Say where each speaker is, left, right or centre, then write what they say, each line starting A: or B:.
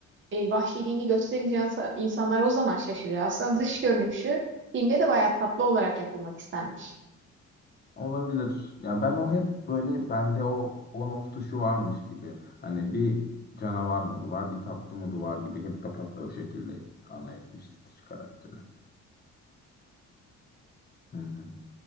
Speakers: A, on the right; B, on the left.
A: e, vahşiliğini gösterince insa- insanlar o zaman şaşırıyor. Aslında dış görünüşü filmde de bayağı tatlı olarak yapılmak istenmiş.
B: olabilir. Yani ben o hep böyle bende o on off tuşu varmış gibi. Hani bir canavar modu var, bir tatlı modu var gibi hep kafamda o şekilde ana etmiş Stitch karakteri. Hı hı.